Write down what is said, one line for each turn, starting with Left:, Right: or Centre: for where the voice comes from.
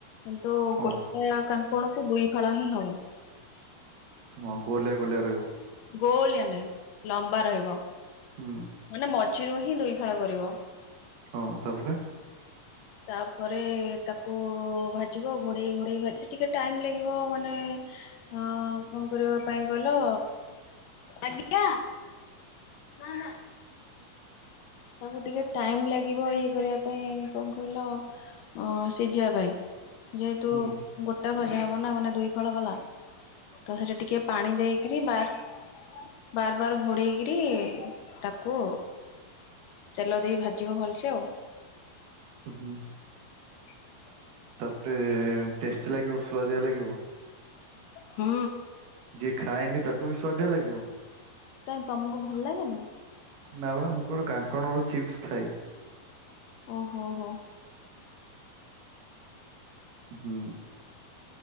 Left: କିନ୍ତୁ
Right: ହଁ
Left: ଗୋଟା କାଙ୍କଣ କୁ ଦୁଇ ଫଳା ହିଁ ହବ।
Right: ହଁ ଗୋଲିଆ ଗୋଲିଆ ରହିବ।
Left: ଗୋଲିଆ ନାଇଁ ଲମ୍ବା ରହିବ।
Right: ହୁଁ
Left: ମାନେ ମଝିରୁ ହିଁ ଦୁଇ ଫାଳ କରିବ।
Right: ହଁ ତାପରେ।
Left: ତାପରେ ତାକୁ ଭାଜିବ ଘୋଡେଇ ଘୋଡେଇ ଭାଜି ଟିକେ ଟାଇମ ଲାଗିବ ମାନେ ହଁ କଣ କରିବା ପାଇଁ ଗଲ ଆ ନା ନା। ତାକୁ ଟିକେ ଟାଇମ ଲାଗିବ ଇଏ କରିବା ପାଇଁ କଣ କହିଲ ଅ ସିଝିବା ପାଇଁ। ଯେହେତୁ
Right: ହୁଁ
Left: ଗୋଟା ଭଜା ହବ ନା ମାନେ ଦୁଇ ଫଳ ବାଲା ତ ସେଠରେ ଟିକେ ପାଣି ଦେଇକି ବାର ବାର ଭୋଡେଇକରି ତାକୁ ତେଲ ଦେଇ ଭାଜିବ ଭଲସେ ଆଉ।
Right: ହୁଁ।
Left: ହୁଁ
Right: ତାପରେ ଟେଷ୍ଟି ଲାଗିବ ସୁଆଦିଆ ଲାଗିବ।
Left: ହଁ।
Right: ଯିଏ ଖାଏନି ତାକୁ ବି ସୁଵାଦିଆ ଲାଗିବ।
Left: କାଇହିଁ ତମକୁ ଭଲ ଲାଗେନି।
Right: ନା ବା ମୁଁ କଟେ କାଙ୍କଣ ର ଚିପ୍ସ ଖାଇବି।
Left: ଓହୋ ହୋ।
Right: ହୁଁ।